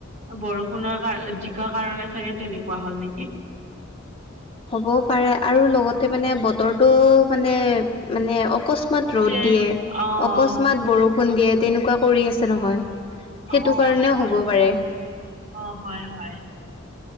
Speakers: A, on the right; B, on the left.
A: বৰষুণৰ কাৰ জিকা কাৰণে চাগে তেনেকুৱা হল নেকি।
B: হ'বও পাৰে আৰু লগতে মানে বতৰটো মানে মানে অকস্মাৎ অস্মাতৎ ৰ'দ
A: যেন
B: দিয়ে
A: অ',
B: অকস্মাৎ বৰষুণ দিয়ে তেনেকুৱা কৰি আছে নহয়। সেইটো
A: অ',
B: কাৰণেও
A: সেইটোত
B: হ'ব পাৰে।
A: অ' হয়, হয়।